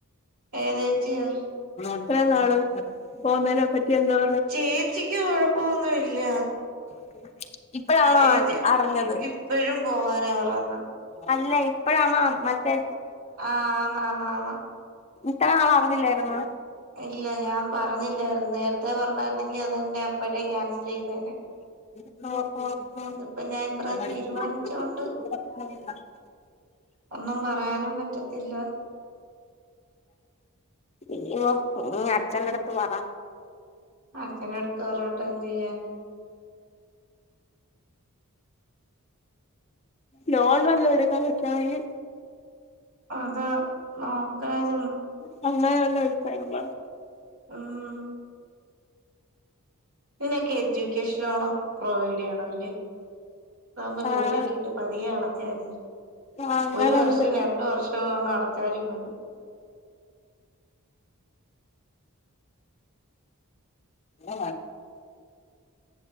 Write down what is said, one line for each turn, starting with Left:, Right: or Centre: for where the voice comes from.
Right: ഏത് ചേച്ചി ആ
Left: ഇത്രയും നാള് പോന്നേനെ പറ്റി എന്തോ പറഞ്ഞ്
Right: ചേച്ചിക്ക് കുഴപ്പമൊന്നും ഇല്ല
Left: <inaudible>
Right: ചേച്ചി
Left: അറിഞ്ഞത്
Right: ഇപ്പഴും പോവാനാ പറയുന്നേയ്
Left: അല്ല ഇപ്പഴാ മാം മറ്റെ-
Right: ആഹ് ആണ് ആണ്
Left: ഇത്ര നാള് ആവുന്നില്ലായിരുന്നു
Right: ഇല്ല ഞാൻ പറഞ്ഞില്ലായിരുന്നു നേരത്തെ- ത്തെ പറഞ്ഞാരുന്നെങ്കിൽ അതിന്റെ <unintelligible> എപ്പോഴേ ക്യാൻസൽ ചെയ്തേനെ.
Left: ആഹ
Right: ഇതിപ്പോ ഞാൻ ഇത്ര തീരുമാനിച്ചോണ്ട്
Left: <inaudible>
Right: ഒന്നും പറയാനും പറ്റത്തില്ല
Left: ഈ അച്ഛന്റെ അടുത്ത് പറ.
Right: അച്ഛന്റെ അടുത്ത് പറഞ്ഞിട്ട് എന്ത് ചെയ്യാനാ?
Left: ലോൺ വല്ലതും എടുക്കാൻ പറ്റാണങ്കിൽ
Right: അത് നോക്കായിരുന്നു.
Left: <unintelligible>
Right: ഉം ഇതിനൊക്കെ എഡ്യൂക്കേഷൻ ലോണും പ്രൊവൈഡ് ചെയ്യണമല്ലേ? അതാകുമ്പോ
Left: ആഹ്
Right: ജോലി കിട്ടീട്ട് പതിയെ അടച്ചാമതി
Left: ആഹ് അങ്ങനുണ്ട്
Right: ഒരു വർഷം രണ്ടു വർഷവാണ അടച്ചാലും മതി.
Left: <unintelligible> അ <inaudible>